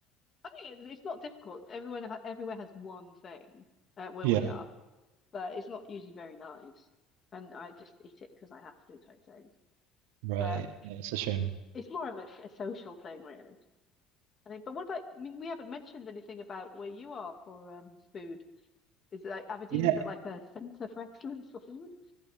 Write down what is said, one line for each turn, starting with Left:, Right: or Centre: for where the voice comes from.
Left: I think it's, it's not difficult. Everyone, ha everywhere has one thing uh, where
Right: Yeah,
Left: we are, but it's not usually very nice. And I just eat it because I have to type thing.
Right: right.
Left: But
Right: Yeah, it's a shame.
Left: It's more of a, a social thing, really. I think. But what about? I mean, we haven't mentioned anything about where you are for um food. Is it like Aberdeen?
Right: Yeah,
Left: Is it like a centre for excellence for food?